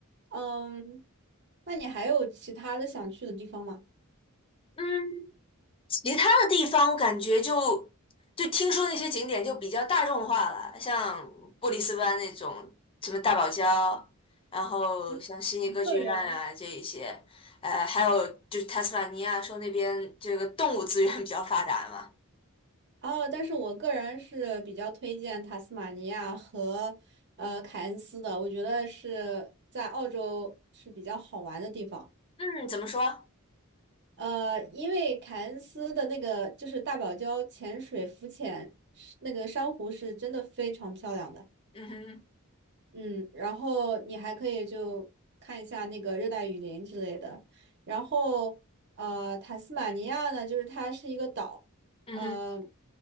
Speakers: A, on the right; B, on the left.
A: 嗯，那你还有其他的想去的地方吗？
B: 嗯，其他的地方我感觉就就听说那些景点就比较大众化了，像布里斯班那种什么大堡礁，然后像悉尼歌剧院啊这一些，
A: 嗯，个人
B: 呃，还有就是塔斯马尼亚说那边这个动物资源比较发达嘛。
A: 哦，但是我个人是比较推荐塔斯马尼亚和呃凯恩斯的，我觉得是在澳洲是比较好玩的地方。
B: 嗯，怎么说？
A: 呃，因为凯恩斯的那个就是大堡礁潜水浮潜，是那个珊瑚是真的非常漂亮的。
B: 嗯哼，
A: 嗯，然后你还可以就看一下那个热带雨林之类的。然后呃，塔斯马尼亚呢，就是它是一个岛，
B: 嗯哼
A: 呃，